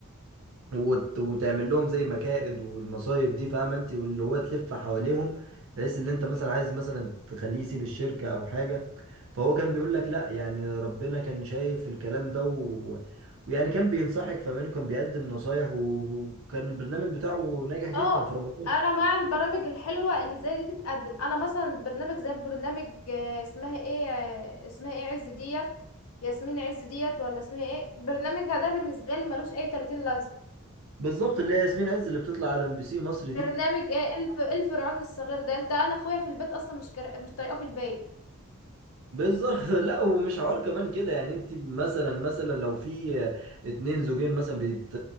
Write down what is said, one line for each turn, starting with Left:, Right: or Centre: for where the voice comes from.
Right: وت- وتعمل لهم زي مكائد والمصايب دي فاهم انت واللي هو تلف حواليهم بحيث اللي انت مثلا عايز مثلا تخليه يسيب الشركة او حاجة فهو كان بيقول لك لا يعني ربنا كان شايف الكلام ده و... ويعني كان بينصحك فاهماني وكان بيقدم نصايح و- وكان البرنامج بتاعه ناجح جدا
Left: اه
Right: في رمضان
Left: انا مع البرامج الحلوة اللي زي دي تتقدم انا مثلا برنامج زي برنامج آه، اسمها ايه آه، اسمها ايه عز ديت ياسمين عز ديت ولا اسمها ايه برنامجها ده بالنسبة لي ملوش اي 30 لازمة
Right: بالظبط اللي هي ياسمين عز اللي بتطلع على ام بي سي مصر دي
Left: برنامج ايه الف الفرعون الصغير ده انت انا اخويا في البيت اصلا مش كر... مش طايقاه في البيت
Right: بالظبط <laughs> لا ومش حوار كمان كده يعني انت مثلا مثلا لو في اتنين زوجين مثلا بيت